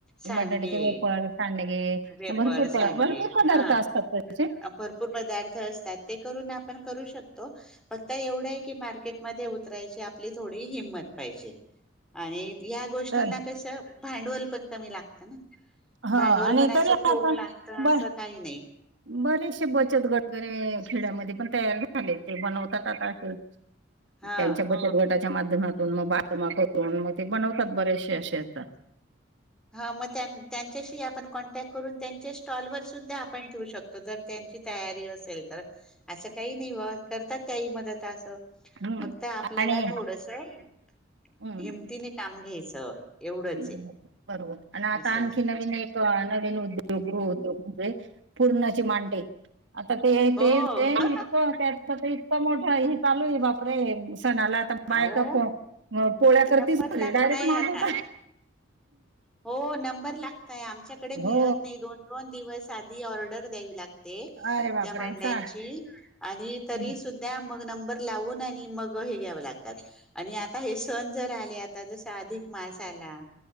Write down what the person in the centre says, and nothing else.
सांडगे
वेफस
स सांडगे
हा
भरपूर पदार्थ असतात... ते करून आपण करू शकतो अ फक्त एवढं आहे की मार्केटमध्ये उतरायची आपली थोडी हिंमत... पाहिजे आणि या गोष्टींना
कस भांडवल पण कमी लागत ना...
भांडवल
पण असं
खूप
लागतं
असं काही नाही
हा.
हा मग त्यान त्यांच्याशी आपण कॉन्टॅक्ट करून त्यांच्या स्टॉलवरर सुद्धा पण ठेवू शकतो जर त्यांची तयारी असेल तर अस काही नाही बाबा करतात पण काही मदत असं
फक्त आपल्याला
थोडस <inaudible>
हिमतीने काम घ्यायचं. एवढंच
आहे.
असं
हो
अहो
नंबर
लागताय
आता
हो नंबर लागतय य आमच्याकडे
मिळत नाही दोन-दोन दिवस. साधी ऑर्डर द्यावी लागते
त्या मांड्यांची
आणि
तरी सुधा मग नंबर लावून आणि मग हे घ्यावं लागत. आणि आता हे सण जर आले आता जसा अधिक मास त्याला